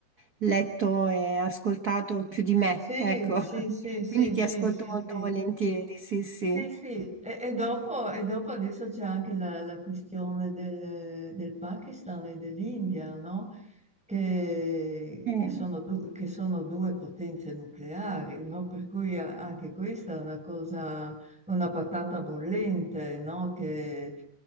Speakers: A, on the right; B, in the centre.
A: letto e ascoltato più di me,
B: Sì,
A: ecco.
B: sì,
A: <laughs>
B: sì, sì,
A: Quindi ti
B: sì,
A: ascolto
B: sì,
A: molto
B: sì.
A: volentieri, sì, sì.
B: Sì, sì, e, e dopo, e dopo adesso c'è anche la, la questione del, del Pakistan e dell'India, no? Che,
A: Eh,
B: che sono du- che sono due potenze nucleari, no? Per cui a- anche questa è una cosa, una patata bollente, no? Che,